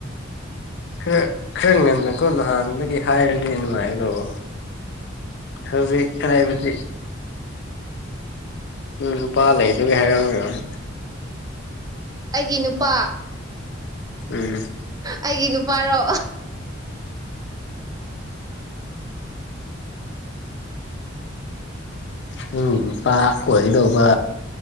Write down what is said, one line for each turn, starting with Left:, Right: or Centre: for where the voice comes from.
Left: ꯈꯔ ꯈꯔ ꯉꯟꯅꯀꯣ ꯅꯍꯥꯟꯗꯒꯤ ꯍꯥꯏꯔꯗꯤ ꯅꯨꯡꯉꯥꯏꯒꯗꯧꯕ ꯍꯧꯖꯤꯛ ꯍꯥꯏꯕꯗꯤ ꯅꯣꯏ ꯅꯨꯄꯥ ꯂꯩꯗꯨꯒꯤ ꯍꯥꯏꯔꯛꯔꯔꯣꯏ
Right: ꯑꯩꯒꯤ ꯅꯨꯄꯥ
Left: ꯑꯦꯁ
Right: ꯑꯩꯒꯤ ꯅꯨꯄꯥꯔꯣ
Left: ꯅꯪꯒꯤ ꯅꯨꯄꯥ ꯑꯣꯏꯗꯧꯕ